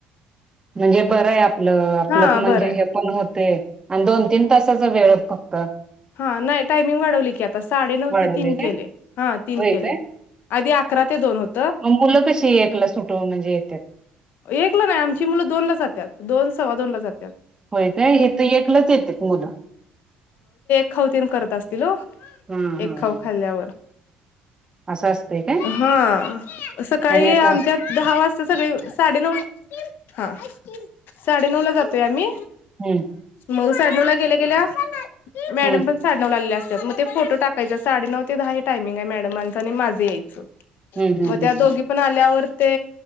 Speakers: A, on the right; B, on the left.
A: म्हणजे बरं आहे आपलं आपलं
B: हा
A: म्हणजे
B: बरं आहे
A: हे पण होत ते आणि दोन तीन तासाचा वेळ फक्त
B: हा नाही टायमिंग वाढवली की आता साडे नऊ
A: वाढवलंय
B: ते तीन
A: काय
B: केलेय हा तीन
A: होय
B: केलेय
A: काय
B: आधी अकरा ते दोन होत
A: मग मुलं कशी एकला सुटून म्हणजे येत्यात.
B: एक ला नाही आमची मुलं दोन ला जात्यात दोन सव्वादोन ला जात्यात,
A: होय काय हे तर एकलंच येते मुलं
B: खाऊ तेन करत असतील हो
A: हम्म
B: एक
A: हम्म
B: खाऊ खाल्ल्यावर
A: असं असतंय काय
B: हा सकाळी
A: आणि आता
B: आमच्यात दहा वाज सगळी साडेनऊ हा साडे नऊ ला जातोय आम्ही
A: हम्म
B: मग साडे नऊला गेल्या गेल्या मॅडम
A: हम्म
B: पण साडेनऊला आलेल्या अस मग ते फोटो टाकायचा साडे नऊ ते दहा हे टायमिंग आहे मॅडमांचं आणि माझं यायचं
A: हम्म
B: मग त्या दोघी पण आल्यावर ते